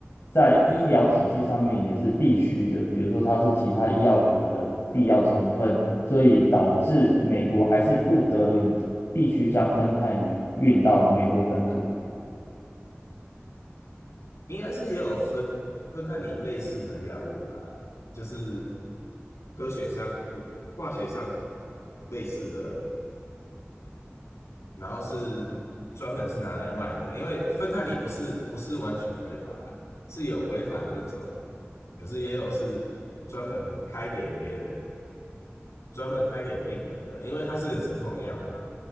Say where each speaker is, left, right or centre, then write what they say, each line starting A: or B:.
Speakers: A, on the left (about 60°); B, on the left (about 75°).
A: 在医疗体系上面也是必须的？比如说它是其他医药品的必要成分，所以导致美国还是不得已必须将芬太尼运到美国本土。
B: 应该是也有分分开你类似的药物吧，就是科学上不化学上类似的然后是专门是拿来卖的，因为芬太尼不是不是完全违法，是有违法的那种，可是也有是专门开给别人、专门开给病人的，因为它是个止痛药嘛。